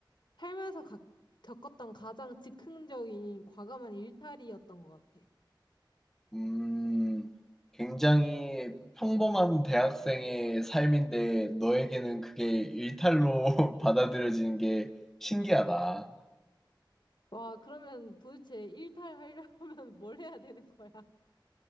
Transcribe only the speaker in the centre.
음, 굉장히 평범한 대학생의 삶인데 너에게는 그게 일탈로 <laughs> 받아들여지는 게 신기하다.